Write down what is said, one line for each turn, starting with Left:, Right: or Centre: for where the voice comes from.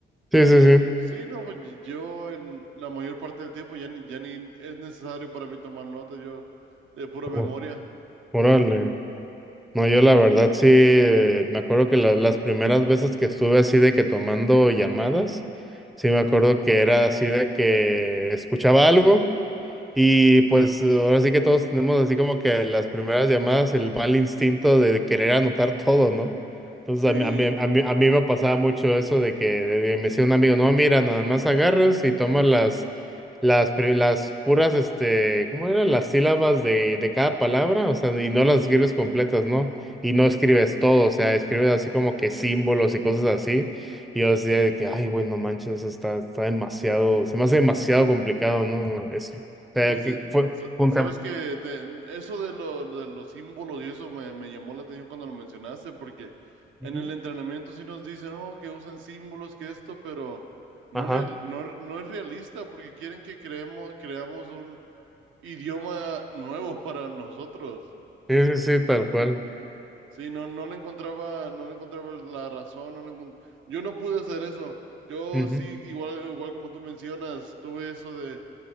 Centre: Sí,
Right: Y
Centre: sí, sí.
Right: sí, no, pues yo en la mayor parte del tiempo ya ni, ya ni es necesario para mí tomar nota, yo de pura
Centre: Oh,
Right: memoria.
Centre: órale. No, yo la verdad sí, eh, me acuerdo que la- las primeras veces que estuve así de que tomando llamadas, sí me acuerdo que era así de que escuchaba algo. Y pues ahora sí que todos tenemos así como que las primeras llamadas, el mal instinto de querer anotar todo, ¿no? Entonces
Right: Sí,
Centre: a mí, a mí, a mí, a mí me pasaba mucho eso de que de- de- me decía un amigo, no, mira, nada más agarras y tomas las, las, pri- las puras, este, ¿cómo eran? Las sílabas de, de cada palabra, o sea, y no las escribes completas, ¿no? Y no escribes todo, o sea, escribes así como que símbolos y cosas así. Y yo decía de que, ay, güey, no manches, está, está demasiado, se me hace demasiado complicado, ¿no? sea,
Right: sí, sí,
Centre: que fue
Right: sa-
Centre: un
Right: sabes que te- eso de, lo- de los símbolos y eso me, me llamó la atención cuando lo mencionaste, porque en
Centre: Ujú.
Right: el entrenamiento sí nos dicen, oh, que usen símbolos, que esto, pero no,
Centre: Ajá.
Right: es real- no, no es realista porque quieren que creemos, creamos un idioma nuevo para nosotros.
Centre: Sí, sí, sí, tal cual.
Right: Sí, no, no le encontraba, no le encontraba la razón, no le encon- yo no pude hacer eso. Yo
Centre: Ujú.
Right: sí, igual, igual como tú mencionas, tuve eso de,